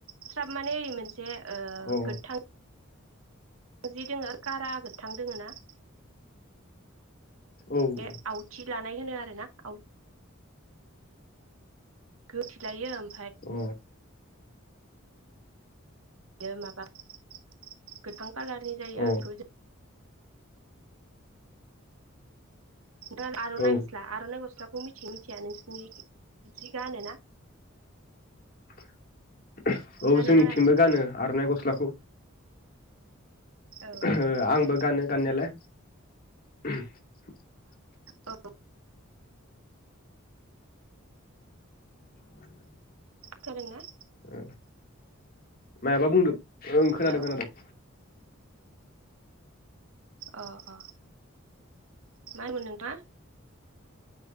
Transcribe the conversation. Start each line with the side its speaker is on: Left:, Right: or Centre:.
Right: स्राब माने होयो मोन से ओ
Left: अ
Right: गोथां जि दोङो कारा गोथां दोङो ना।
Left: औ अ
Right: बे आवथि दानाय होनो आरो ना आव गोथैलायो ओम
Left: अ।
Right: यो माबाख <inaudible> गोथां कालारनि जायो
Left: अ
Right: बे‌खौ जों दा आरनाइ
Left: औ
Right: फुस्ला आरनाइ गस्ला बेखौ मिथियो मिथिया नोंसिनि जि गानोना?
Left: <unintelligible> औ
Right: गानोना
Left: जोंनिथिंबो
Right: गाना नोंथां
Left: गानो आरनाइ गस्लाखौ।
Right: औ
Left: ओ
Right: औ
Left: आंबो
Right: औ
Left: गानो गाननायालाय <unintelligible>
Right: औ।
Left: <inaudible>
Right: खोदों ना?
Left: ओ मायाबा बुंदो? ओं
Right: हेलौ
Left: खोनादों खोनादों।
Right: अ अ मा होनदोंमोन नोंथाङा?